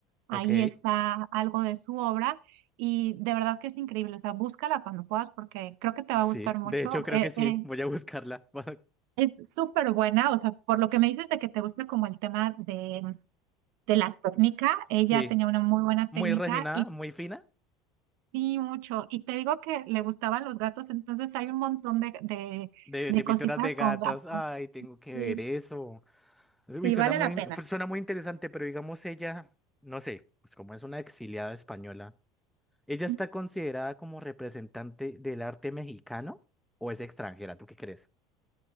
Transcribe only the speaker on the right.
Ahí
está algo de su obra. Y de verdad que es increíble, o sea, búscala cuando puedas porque creo que te va
a gustar mucho.
Eh,
eh,
es súper buena, o sea, por lo que me dices de que te gusta como el tema de, de la técnica, ella
tenía una muy buena técnica
y
sí, mucho. Y te digo que le gustaban los gatos, entonces hay un montón de, de,
de
cositas
con gatos.
Sí,
sí,
vale
la pena.
Ujú.